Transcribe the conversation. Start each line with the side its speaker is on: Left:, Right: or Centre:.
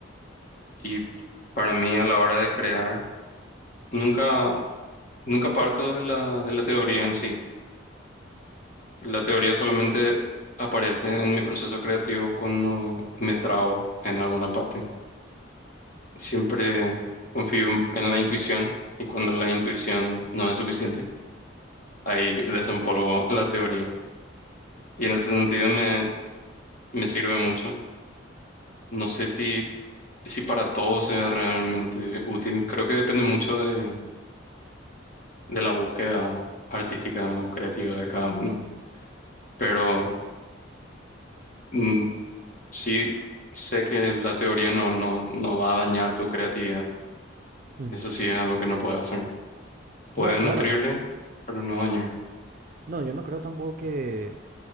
Left: Y para mí a la hora de crear, nunca, nunca parto de la, de la teoría en sí. La teoría solamente aparece en mi proceso creativo cuando me trabo en alguna parte. Siempre confío en la intuición y cuando la intuición no es suficiente, ahí desempolvo la teoría. Y en ese sentido me, me sirve mucho No sé si, si para todos sea realmente útil. Creo que depende mucho de, de la búsqueda artística o creativa de cada uno. Pero mm, sí sé que la teoría no, no, no va a dañar tu creatividad.
Right: Mm.
Left: Eso sí es algo que no puede hacer. Puede
Right: No, claro.
Left: nutrirle, pero no dañar.
Right: No, yo no creo tampoco que